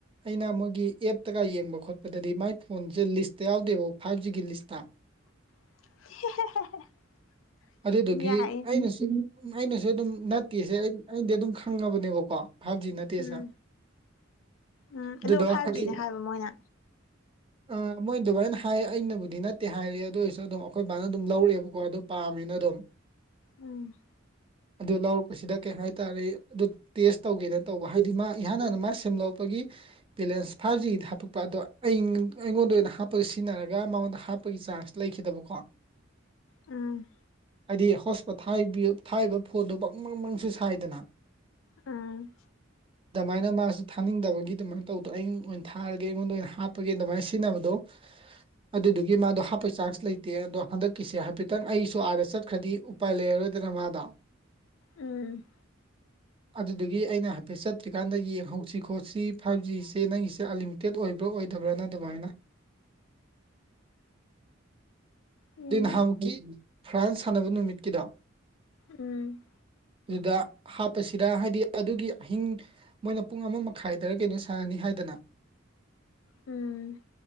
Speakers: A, on the right (about 25°); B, on the left (about 75°).
A: ꯑꯩꯅ ꯃꯣꯏꯒꯤ ꯑꯦꯞꯇꯒ ꯌꯦꯡꯕ ꯈꯣꯠꯄꯗꯗꯤ ꯃꯥꯏ ꯐꯣꯟꯁꯦ ꯂꯤꯁꯇ ꯌꯥꯎꯗꯦꯕ ꯐꯥꯏꯚ ꯖꯤꯒꯤ ꯂꯤꯁꯇ
B: <unintelligible>
A: ꯑꯗꯨꯗꯨꯒꯤ
B: ꯌꯥꯏꯌꯦ
A: ꯑꯩꯅꯁꯨ ꯑꯩꯅꯁꯨ ꯑꯗꯨꯝ ꯅꯠꯇꯦꯁꯦ ꯑꯩꯅꯗꯤ ꯑꯗꯨꯝ ꯈꯪꯉꯕꯅꯦꯕꯀꯣ ꯐꯥꯏꯚ ꯖꯤ ꯅꯠꯇꯦꯁꯦ
B: ꯎꯝ ꯎꯝ
A: ꯑꯗꯨꯗꯣ
B: ꯑꯗꯨ ꯐꯥꯏꯚ
A: ꯍꯥꯏꯗꯤ
B: ꯖꯤꯅꯦ ꯍꯥꯏꯕ ꯃꯣꯏꯅ
A: ꯑ ꯃꯣꯏ ꯑꯗꯨꯃꯥꯏꯅ ꯍꯥꯏ ꯑꯩꯅꯕꯨꯗꯤ ꯅꯠꯇꯦ ꯍꯥꯏꯔꯤ ꯑꯗꯨ ꯑꯣꯏꯔꯁꯨ ꯑꯗꯨꯝ ꯑꯩꯈꯣꯏ ꯕꯥꯅ ꯑꯗꯨꯝ ꯂꯧꯔꯛꯑꯦꯕ ꯀꯣ ꯑꯗꯨ ꯄꯥꯝꯃꯤꯅ ꯑꯗꯨꯝ
B: ꯎꯝ
A: ꯑꯗꯨ ꯂꯧꯔꯛꯄꯁꯤꯗ ꯀꯩ ꯍꯥꯏꯇꯥꯔꯦ ꯑꯗꯨ ꯇꯦꯁ ꯇꯧꯒꯦꯅ ꯇꯧꯕ ꯍꯥꯏꯗꯤ ꯃꯥ ꯏꯍꯥꯟ ꯍꯥꯟꯅ ꯃꯥ ꯁꯦꯝ ꯂꯣꯛꯄꯒꯤ ꯕꯦꯂꯦꯟꯁ ꯐꯥꯏꯚ ꯖꯤꯒꯤꯗ ꯍꯥꯞꯄꯛꯄ ꯑꯗꯣ ꯑꯩ ꯑꯩꯉꯣꯟꯗ ꯑꯣꯏꯅ ꯍꯥꯞꯄꯒ ꯁꯤꯖꯤꯟꯅꯔꯒ ꯃꯉꯣꯟꯗ ꯍꯥꯞꯄꯒꯤ ꯆꯥꯟꯁ ꯂꯩꯈꯤꯗꯕꯀꯣ
B: ꯎꯝ
A: ꯍꯥꯏꯗꯤ ꯍꯣꯁ ꯄꯣꯠ ꯊꯥꯏꯕꯤ ꯊꯥꯏꯔꯤꯕ ꯐꯣꯟꯗꯣ ꯕꯪ ꯕꯪ ꯕꯪ ꯁꯦ ꯁꯥꯏꯗꯅ
B: ꯎꯝ
A: ꯗꯃꯥꯏꯅ ꯃꯥꯁꯨ ꯊꯥꯅꯤꯡꯗꯕꯒꯤ ꯑꯗꯨꯃꯥꯏꯅ ꯇꯧꯗꯣ ꯑꯩ ꯑꯣꯏꯅ ꯊꯥꯔꯒꯦ ꯑꯩꯉꯣꯟꯗ ꯑꯣꯏꯅ ꯍꯥꯞꯄꯒꯦ ꯑꯗꯨꯃꯥꯏꯅ ꯁꯤꯖꯤꯟꯅꯕꯗꯣ ꯑꯗꯨꯗꯨꯒꯤ ꯃꯥꯗꯣ ꯍꯥꯞꯄꯩ ꯆꯥꯟꯁ ꯂꯩꯇꯦ ꯑꯗꯣ ꯍꯟꯗꯛ ꯀꯤꯁꯦ ꯍꯥꯏꯐꯦꯠꯇꯪ ꯑꯩꯁꯨ ꯑꯥꯗ ꯆꯠꯈ꯭ꯔꯗꯤ ꯎꯄꯥꯏ ꯂꯩꯔꯔꯣꯏꯗꯅ ꯃꯥꯗꯣ
B: ꯎꯝ
A: ꯑꯗꯨꯗꯒꯤ ꯑꯩꯅ ꯍꯥꯏꯐꯦꯠ ꯆꯠꯇ꯭ꯔꯤꯀꯥꯟꯗ ꯌꯦꯡꯍꯧꯁꯤ ꯈꯣꯠꯁꯤ ꯐꯥꯏꯚ ꯖꯤꯁꯦ ꯅꯪꯒꯤꯁꯦ ꯑꯂꯤ ꯇꯦꯠ ꯑꯣꯏꯕ꯭ꯔꯥ ꯑꯣꯏꯗꯕ꯭ꯔꯥꯅ ꯑꯗꯨꯃꯥꯏꯅ
B: ꯎꯝ
A: ꯗꯩ ꯍꯥꯟꯃꯨꯛꯀꯤ ꯐ꯭ꯔꯥꯟꯁ ꯁꯥꯟꯅꯕ ꯅꯨꯃꯤꯠꯀꯤꯗ
B: ꯎꯝ
A: ꯑꯗꯨꯗ ꯍꯥꯞꯄꯁꯤꯗ ꯍꯥꯏꯗꯤ ꯑꯗꯨꯒꯤ ꯑꯍꯤꯡ ꯃꯣꯏꯅ ꯄꯨꯡ ꯑꯃ ꯃꯈꯥꯏꯗꯔ ꯀꯩꯅꯣ ꯁꯥꯟꯅꯅꯤ ꯍꯥꯏꯗꯅ
B: ꯎꯝ